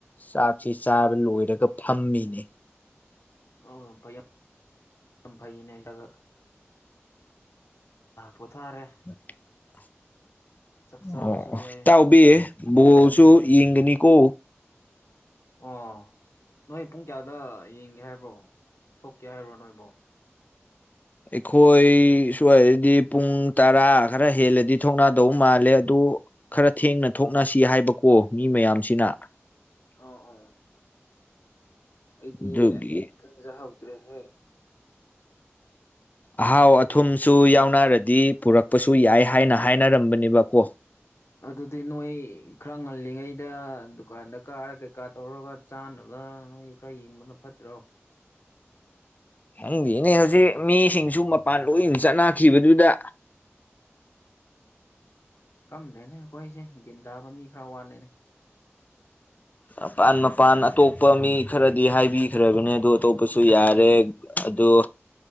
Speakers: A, on the left; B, on the left.
A: ꯆꯥꯛꯁꯤ ꯆꯥꯕ ꯂꯣꯏꯔꯒ ꯐꯝꯃꯤꯅꯦ
B: ꯑ ꯐꯩ ꯌꯥꯝ ꯌꯥꯝ ꯐꯩꯅꯦ ꯆꯒ ꯄꯣꯊꯥꯔꯦ
A: <unintelligible>
B: ꯆꯥꯛ ꯆꯥꯕꯁꯨ
A: ꯑꯣ ꯑꯣ
B: ꯌꯥꯏ
A: ꯏꯇꯥꯎꯕꯤ ꯕꯣꯜꯁꯨ
B: ꯎꯝ
A: ꯌꯦꯡꯒꯅꯤꯀꯣ
B: ꯑꯣ ꯅꯣꯏ ꯄꯨꯡ ꯀꯌꯥꯗ ꯌꯦꯡꯒꯦ ꯍꯥꯏꯕ꯭ꯔꯣ ꯊꯣꯛꯀꯦ ꯍꯥꯏꯕ꯭ꯔꯣ ꯅꯣꯏꯕꯣ
A: ꯑꯩꯈꯣꯏ ꯁꯨ ꯍꯥꯏꯔꯗꯤ ꯄꯨꯡ ꯇꯔꯥ ꯈꯔ ꯍꯦꯜꯂꯗꯤ ꯊꯣꯛꯅꯥꯗꯧ ꯃꯥꯜꯂꯦ ꯑꯗꯨ ꯈꯔ ꯊꯦꯡꯅ ꯊꯣꯛꯅꯁꯤ ꯍꯥꯏꯕꯀꯣ ꯃꯤ ꯃꯌꯥꯝꯁꯤꯅ
B: ꯑꯣ ꯑꯣ ꯑꯩꯗꯤ
A: ꯑꯗꯨꯒꯤ
B: ꯈꯖꯍꯧꯗ꯭ꯔꯦꯍꯦ
A: ꯑꯍꯥꯎ ꯑꯊꯨꯝꯁꯨ ꯌꯥꯎꯅꯔꯗꯤ ꯄꯨꯔꯛꯄꯁꯨ ꯌꯥꯏ ꯍꯥꯏꯅ ꯍꯥꯏꯅꯔꯝꯕꯅꯦꯕꯀꯣ
B: ꯑꯗꯨꯗꯤ ꯅꯣꯏ ꯈꯔ ꯉꯜꯂꯤꯉꯩꯗ ꯗꯨꯀꯥꯟꯗ ꯀꯥꯔ ꯀꯩꯀꯥ ꯇꯧꯔꯒ ꯆꯥꯅꯕ ꯅꯣꯏ ꯈꯔ ꯌꯦꯡꯕꯅ ꯐꯠꯇ꯭ꯔꯣ
A: ꯈꯪꯗꯦꯅꯦ ꯍꯧꯖꯤꯛ ꯃꯤꯁꯤꯡꯁꯨ ꯃꯄꯥꯟ ꯂꯣꯏꯟ ꯆꯠꯅꯈꯤꯕꯗꯨꯗ
B: ꯈꯪꯗ‌ꯦꯅꯦ ꯑꯩꯈꯣꯏꯁꯦ ꯒꯤꯟ ꯇꯥꯕ ꯃꯤ ꯈꯔ ꯋꯥꯠꯂꯦꯅꯦ
A: ꯃꯄꯥꯟ ꯃꯄꯥꯟ ꯑꯇꯣꯞꯄ ꯃꯤ ꯈꯔꯗꯤ ꯍꯥꯏꯕꯤꯈ꯭ꯔꯕꯅꯦ ꯑꯗꯨ ꯑꯇꯣꯞꯄꯁꯨ ꯌꯥꯔꯦ ꯑ ꯑꯗ‌ꯣ